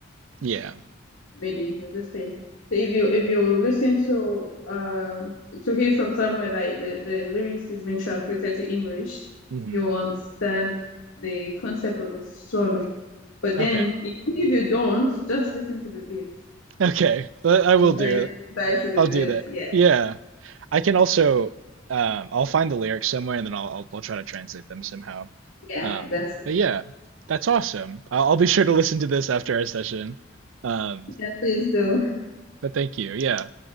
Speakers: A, on the right; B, on the left.
A: Yeah.
B: maybe I am just saying. if you if you listen to um to hear from somewhere that the, the lyrics is been translated to English,
A: hmm
B: you understand the concept of the song. But
A: Okay.
B: then if, if you don't, just listen to the beats
A: Okay. I I will
B: and
A: do
B: try
A: it.
B: try to the
A: I'll do
B: beats.
A: that.
B: Yeah,
A: Yeah. I can also um I'll find the lyrics somewhere and then I'll I'll, I'll try to translate them somehow.
B: yeah,
A: Um
B: that's it.
A: but yeah, that's awesome. I'll, I'll be sure to listen to this after our session. Um
B: Yeah, please do.
A: but thank you. Yeah.